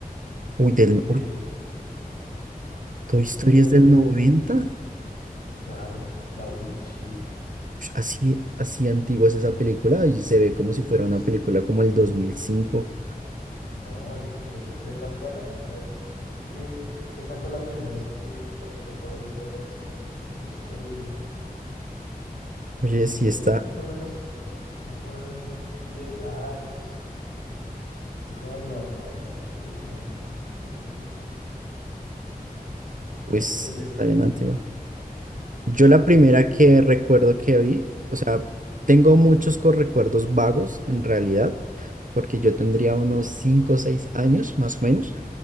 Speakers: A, on the right; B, on the left.
A: Uy,
B: Este,
A: del, uy, Toy
B: Toy
A: Story
B: Story,
A: es del 90.
B: claro, la uno sí.
A: Ush, Así, así antigua es esa película y se ve como si fuera
B: Pues
A: una película como el 2005.
B: no, es- por eso fue tan buena en esa época. Creo que esa fue la primera sí que, que recuerdo haber ido a ver al cine. Toy Story uno.
A: Oye,
B: Tendría,
A: sí está,
B: así más o menos, más o menos unos 10 años. Fue como en el 96, noventa y siete por
A: pues
B: ahí por el estilo.
A: está bien antigua. Yo la primera que recuerdo que vi, o sea, tengo muchos co- recuerdos vagos en realidad, porque yo tendría unos 5 o 6 años más o menos.